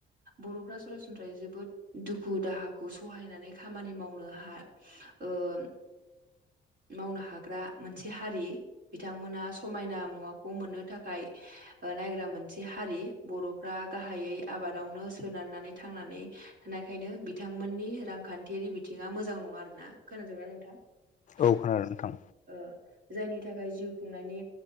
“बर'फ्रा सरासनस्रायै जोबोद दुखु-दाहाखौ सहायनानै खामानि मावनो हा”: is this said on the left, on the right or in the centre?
Right